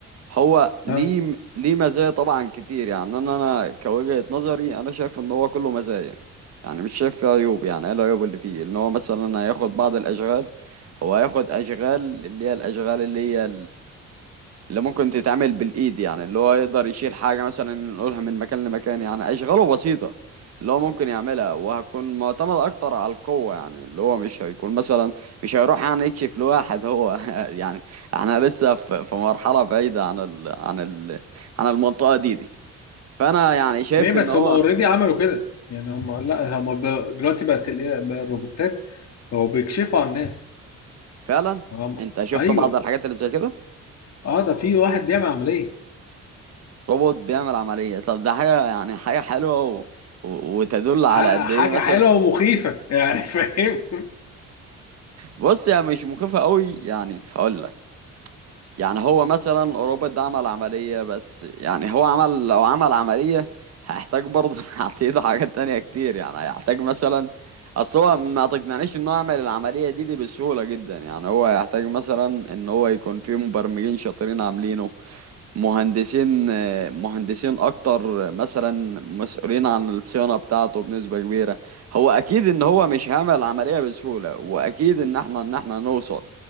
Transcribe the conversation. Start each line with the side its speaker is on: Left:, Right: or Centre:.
Right: هو ليه
Left: ها
Right: ليه مزايا طبعا كتير يعني انا انا كوجهة نظري انا شايف ان هو كله مزايا يعني مش شايف فيه عيوب يعني ايه العيوب اللي فيه ان هو مثلا هياخد بعض الاشغال هو هياخد اشغال اللي هي الاشغال اللي هي اللي ممكن تتعمل بالايد يعني اللي هو يقدر يشيل حاجه مثلا نقولها من مكان لمكان يعني اشغاله بسيطه اللي هو ممكن يعملها وهتكون معتمد اكتر على القوه يعني اللي هو مش هيكون مثلا مش هيروح يعني يكشف لواحد هو <laughs> يعني احنا لسه في في مرحله بعيده عن ال عن ال عن المنطقه دي دي فانا يعني شايف
Left: ليه بس
Right: ان هو
Left: هم أوريدي عملوا كده يعني هم لا هم ب- دلوقتي بقت ال- بقى الروبوتات بقوا بيكشفوا عن الناس
Right: فعلا
Left: هم...
Right: انت شفت
Left: أيوه
Right: بعض الحاجات اللي زي كده
Left: أه ده في واحد بيعمل عملية
Right: روبوت بيعمل عمليه طب ده حاجه يعني حاجه حلوه و... و- وتدل على
Left: ح-
Right: قد
Left: حاجة
Right: ايه مثلا
Left: حلوة ومخيفة يعني <laughs> فاهم
Right: بص يعني مش مخيفة قوي يعني هقول لك يعني هو مثلا روبوت ده عمل عملية بس يعني هو عمل لو عمل عملية هيحتاج برضه <laughs> هتعيد حاجات تانية كتير يعني هيحتاج مثلا اصل هو ما تقنعنيش ان هو يعمل العملية دي دي بسهولة جدا يعني هو هيحتاج مثلا ان هو يكون فيه مبرمجين شاطرين عاملينه مهندسين مهندسين اكتر مثلا مسؤولين عن الصيانه بتاعته بنسبه كبيره هو اكيد ان هو مش هيعمل العمليه بسهوله واكيد ان احنا ان احنا نوصل